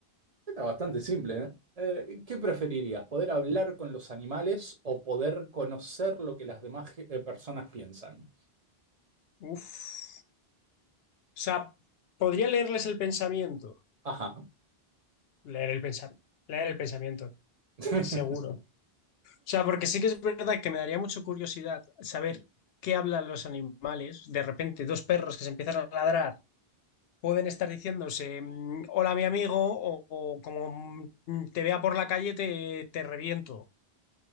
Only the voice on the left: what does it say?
Uf. O sea, podría leerles el pensamiento.
Leer el pensamiento. Leer el pensamiento.
Seguro. O sea, porque sí que es verdad que me daría mucha curiosidad saber qué hablan los animales. De repente, dos perros que se empiezan a ladrar pueden estar diciéndose, mm, hola mi amigo, o, o como mm, te vea por la calle te, te reviento.